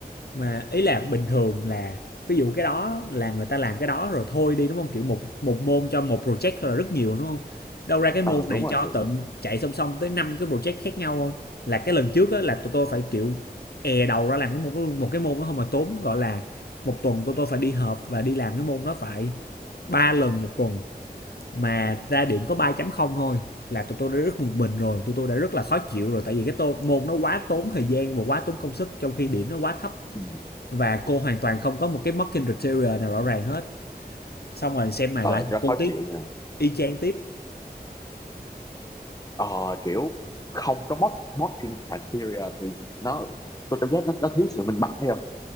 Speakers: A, on the left; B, on the left.
A: mà ý là bình thường là ví dụ cái đó là người ta làm cái đó rồi thôi đi đúng không kiểu một một môn cho một project thôi là rất nhiều đúng không đâu ra cái môn
B: ờ
A: này
B: đúng rồi
A: cho
B: thì
A: tận chạy song song tới năm cái project khác nhau không là cái lần trước á, là tụi tôi phải kiểu è đầu ra làm cái một một cái môn đó không mà tốn gọi là một tuần tụi tôi phải đi họp và đi làm cái môn đó phải ba lần một tuần mà ra điểm có ba chấm không thôi là tụi tôi đã rất bực mình rồi tụi tôi đã rất là khó chịu rồi tại vì cái tô, môn nó quá tốn thời gian và quá tốn công sức trong khi điểm nó quá thấp
B: ừ.
A: và cô hoàn toàn không có một cái marketing criteria nào rõ ràng hết xong rồi xem này
B: ờ
A: lại thành
B: cho nó
A: cô
B: khó
A: tiếp
B: chịu nha
A: y chang tiếp
B: ờ kiểu không có mod modding criteria thì nó tôi cảm giác nó, nó thiếu sự minh bạch thấy không